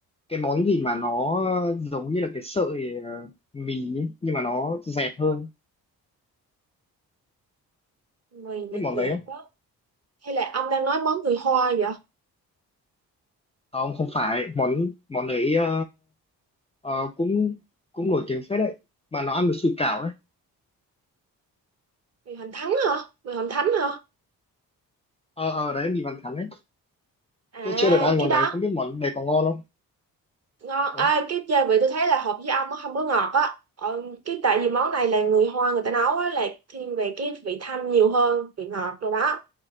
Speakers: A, on the left (about 15°); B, on the right (about 35°).
A: Cái món gì mà nó giống như là cái sợi ờ, mì ấy, nhưng mà nó dẹt hơn.
B: mì
A: Biết
B: mà
A: món
B: chè
A: đấy không?
B: quá hay là ông đang nói món người Hoa vậy
A: Không, không phải. Món món đấy ờ, ờ, cũng cũng nổi tiếng phết đấy. Mà nó ăn với sủi cảo ấy.
B: mì hoành thánh hả mì hoành thánh hả
A: Ờ, ờ đấy, mì Văn Thắn ấy.
B: à
A: Tôi chưa được ăn
B: cái
A: món
B: đó
A: đấy, không biết món đấy có ngon không?
B: ngon
A: Ờ,
B: à, cái gia vị tôi thấy là hợp với ông nó không có ngọt á ờ, cái tại vì món này là người Hoa người ta nấu á là thiên về cái vị thanh nhiều hơn vị ngọt rồi đó